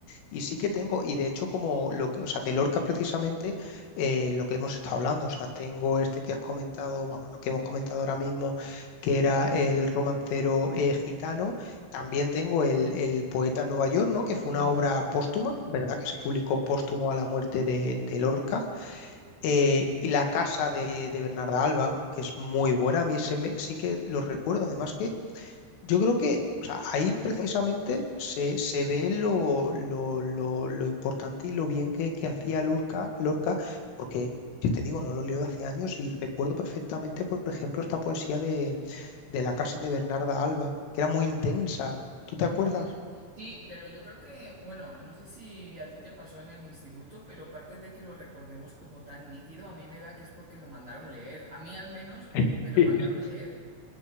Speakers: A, on the left (about 90°); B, on the right (about 30°).
A: Y sí que tengo, y de hecho como lo que, o sea, de Lorca precisamente eh, lo que hemos estado hablando, o sea, tengo este que has comentado, vamos, lo que hemos comentado ahora mismo, que era el romancero eh, gitano, también tengo el, el poeta en Nueva York, ¿no? Que fue
B: Ujú,
A: una obra póstuma, ¿verdad? Que se
B: Sí.
A: publicó póstumo a la muerte de, de Lorca, Eh, y La casa de, de Bernarda Alba, que es muy buena, a mí ese me- sí que lo recuerdo, además que yo creo que o sea, ahí precisamente se, se ve lo, lo- lo- lo importante y lo bien que, que hacía Lorca, Lorca, porque yo te digo, no lo leo hace años y recuerdo perfectamente, por ejemplo, esta poesía de, de La casa de Bernarda Alba, que era muy intensa. ¿Tú
B: Ujú.
A: te acuerdas?
B: Sí, pero yo creo que, bueno, no sé si a ti te pasó en el instituto, pero aparte de que lo recordemos como tan nítido, a mí me da que es porque lo mandaron leer. A mí al menos
A: <laughs>
B: me lo mandaron leer.